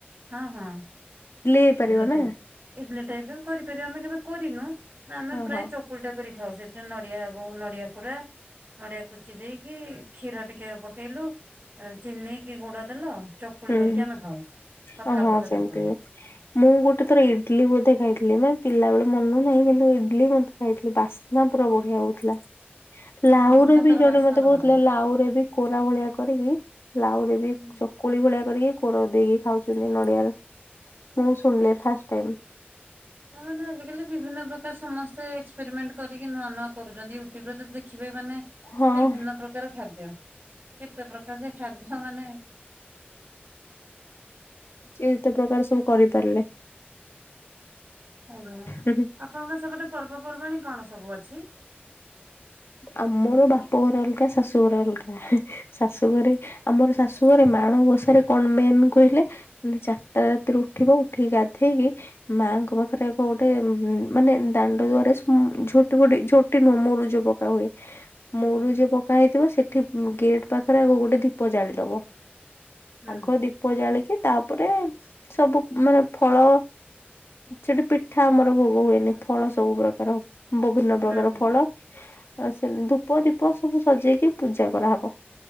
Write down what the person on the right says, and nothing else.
ହଁ ହଁ
ଇଡଲି ଟାଇପ
ଟାଇପର ବି କରି ସେ ଆମେ କେବେ କରିନୁ ନା ଆମେ
ପ୍ରାୟ
ଚକୁଳିଟା କରିଥାଉ ସେଥିରେ ନଡିଆ ନଡିଆ କୋରା। ନଡିଆ କୁଚି ଦେଇକି କ୍ଷୀର ଟିକେ ପକେଇଲୁ ଚିନି କିି ଗୁଡ ଦେଲ। ଚକୁଳି
କରିକି
ଆମେ ଖାଉ ପତଲା
ପତଲା
ଚକୁଳି।
ହୁଁ ହୁଁ ନା
ତାର
ବାସ୍ନା
ଟା
ବଢିଆ
ହୁଁ।
ହ ମାନେ ଆଜିକାଲି ବିଭିନ୍ନ ପ୍ରକାର ସମସ୍ତେ ଏକ୍ସପେରିମେଣ୍ଟ୍ କରିକି ନୂଆ ନୂଆ କରୁଛନ୍ତି ୟୁଟ୍ୟୁବ୍ ରେ ତ ଦେଖିବେ ମାନେ
ବିଭିନ୍ନ ପ୍ରକାର ଖାଦ୍ୟ କେତେ ପ୍ରକାର ଯେ ଖାଦ୍ୟ ମାନେ
ଆଜ୍ଞା
ଆପଣଙ୍କ ସେପଟ ପର୍ବପର୍ବାଣିୀ କଣ ସବୁ ଅଛି?
ହୁଁ
ହୁଁ
ହୁଁ
ହୁଁ।